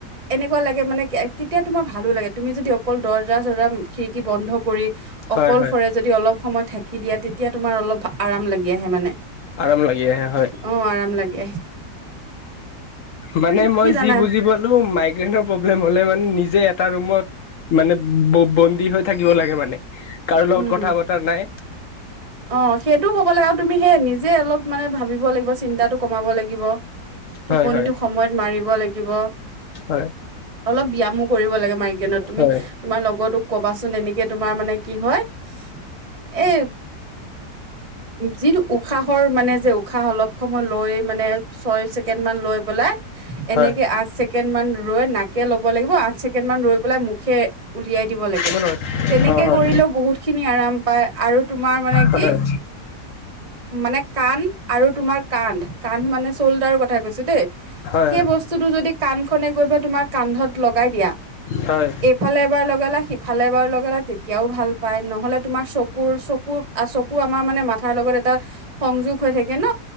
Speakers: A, on the right; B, on the left.
A: এনেকুৱা লাগে মানে। তেতিয়া তোমাৰ ভালো লাগে তুমি যদি অকল দৰ্জা চৰ্জা খিৰিকী বন্ধ কৰি।
B: হয়
A: অকলশৰে
B: হয়
A: যদি অলপ সময় থাকি দিয়া তেতিয়া তোমাৰ অলপ আৰাম লাগি আহে মানে।
B: আৰাম লাগি আহে হয়
A: অ আৰাম লাগে।
B: মানে মই
A: কি জানা
B: যি বুজি পালো মাইগ্ৰেনৰ প্ৰব্লেম। হ'লে মানে নিজে এটা ৰুমত মানে বন্দী হৈ থাকিব লাগে মানে। কাৰো লগত
A: উম
B: কথা বতৰা নাই।
A: অ সেইটো হ'ব লাগে, আৰু তুমি সেই নিজে অলপ মানে ভাবিব লাগিব চিন্তাটো কমাব লাগিব। টোপনিতটো
B: হয় হয়
A: সময়ত মাৰিব লাগিব।
B: হয়।
A: <unintelligible>
B: হয়
A: এ যিটো উশাহৰ খাহ অলপ সময় লৈ মানে ছয় ছেকেণ্ড মান লৈ পেলাই এনেকে
B: হয়
A: আছে ছেকেণ্ড মান ৰৈ নাকে ল'ব লাগিব। আঠ ছেকেণ্ড মান ৰৈ পেলাই মুখে উলিয়াই দিব লাগে।
B: মোৰ লগত
A: তেনেকে
B: অ হয়
A: কৰিলেও বহুত খিনি আৰাম পায় আৰু তোমাৰ মানে
B: হয়
A: কি? মানে কাণ আৰু তোমাৰ কান্ধ কান্ধ মানে চল্ডাৰ কথা কৈছো দেই।
B: হয়
A: সেই বস্তুতটো যদি কাণখনে গৈ পেলাই তোমাক। কান্ধত লগাই দিয়া
B: হয়
A: এইফালে এবাৰ লগালা সিফালে এবাৰ লগালা তেতিয়া। এতিয়াও ভাল পায় নহ'লে তোমাৰ চকুৰ চকুৰ চকু আমাৰ মানে মাথাৰ লগত এটা। সংযোগ হৈ থাকে ন